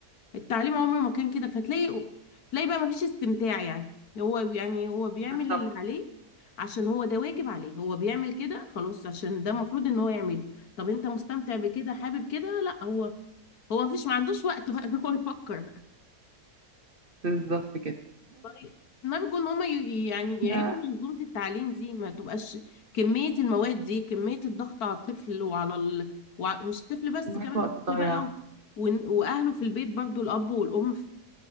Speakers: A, on the left (about 70°); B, on the right (about 40°).
A: التعليم عمره ما كان كده فتلاقي تلاقي بقى ما فيش استمتاع يعني هو يعني هو بيعمل
B: بالظبط
A: اللي عليه عشان هو ده واجب عليه هو بيعمل كده خلاص عشان ده المفروض ان هو يعمله طب انت مستمتع بكده حابب كده لا هو هو مفيش ما عندوش وقت بقى ان هو يفكر
B: بالظبط كده
A: طيب، ما بيكون هما ي- يعني
B: إحنا
A: يعيدوا منظومة التعليم دي ما تبقاش كمية المواد دي كمية الضغط على الطفل وعلى ال... وع... مش الطفل بس
B: كمية
A: كمان
B: وقت
A: الطفل
B: ضايع
A: بقى ون... وأهله في البيت برضو الأب والأم ف-